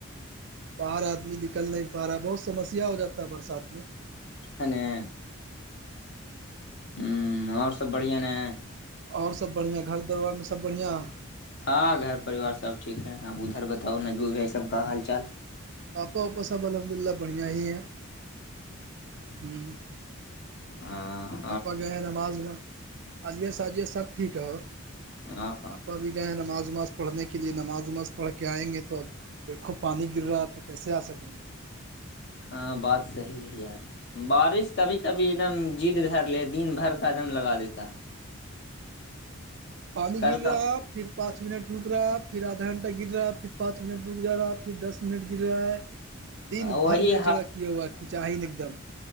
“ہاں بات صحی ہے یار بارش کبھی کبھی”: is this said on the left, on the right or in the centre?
Left